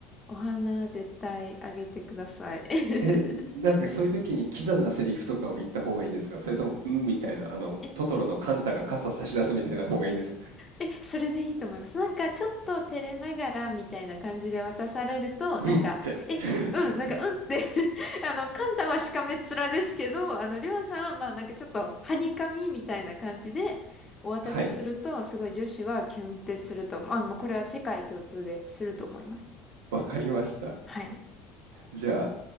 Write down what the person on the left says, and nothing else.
お花、絶対あげてください。<laughs>
うんえ
え、それでいいと思います。なんか、ちょっと照れながらみたいな感じで渡されると、
なんか、え、
うん、なんか、うんって <laughs> あの、カンタはしかめっ面ですけど、あの、りょうさんは、まあ、なんかちょっと、はにかみみたいな感じで、お渡しすると、
すごい女子はキュンってすると思う。あの、これは世界共通ですると思います。
はい。